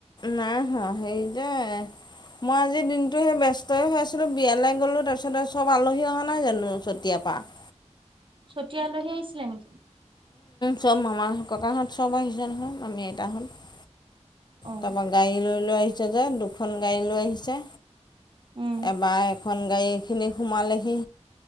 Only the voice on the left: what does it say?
নাই হোৱা সেই যায় মই আজিৰ দিনটোো সেই ব্যস্তই হৈ আছিলো বিয়ালৈ গলো তাৰপিছত চব আলহী অহা নাই জানো চতিয়াৰ পৰাা <inaudible>
চব আমাৰ ককাহঁত চব আহিছে নহয় আমি আইতাহঁত
তাৰপা গাড়ী লৈ লৈ আহিছে যে দুখন গাড়ী লৈ আহিছে
এবাৰ এখন গাড়ীখিনি সোমালেহি